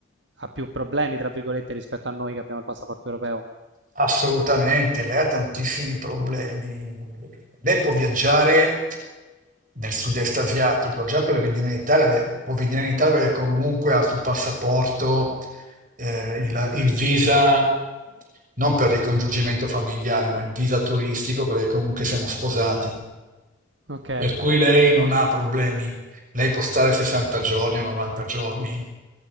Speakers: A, on the right (about 70°); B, on the right (about 40°).
A: ha più problemi, tra virgolette, rispetto a noi che abbiamo il passaporto europeo?
B: Assolutamente, lei ha tantissimi problemi. Lei può viaggiare nel sud-est asiatico, già per venire in Italia, beh, può venire in Italia perché comunque ha sul passaporto eh, il, il visa, non per ricongiungimento familiare, ma il visa turistico perché comunque siamo sposati.
A: Ok,
B: Per cui lei non
A: quindi,
B: ha problemi. Lei può stare 60 giorni o 90 giorni